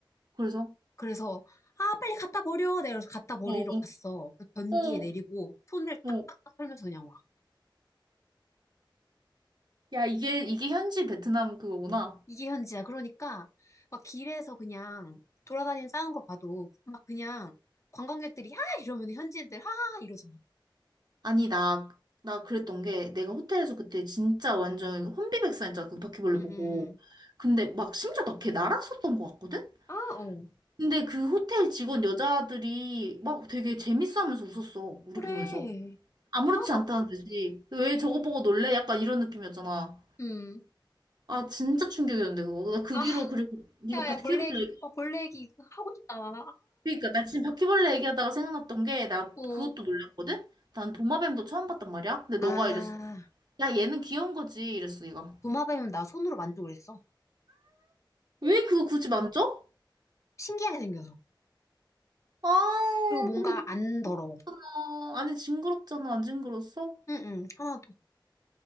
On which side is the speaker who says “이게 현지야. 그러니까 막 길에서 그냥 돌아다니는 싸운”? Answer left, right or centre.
Left